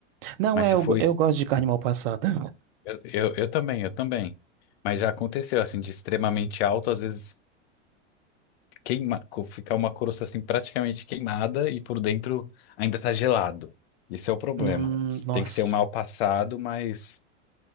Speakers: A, on the right (about 50°); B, on the left (about 60°).
A: Não,
B: Mas
A: é,
B: se
A: eu,
B: for. es-
A: eu gosto de carne mal passada.
B: Eu, eu, eu também, eu também. Mas já aconteceu, assim, de extremamente alto, às vezes queima, co- ficar uma crosta, assim, praticamente queimada e por dentro ainda tá gelado. Esse é o problema.
A: Hum, nossa.
B: Tem que ser um mal passado, mas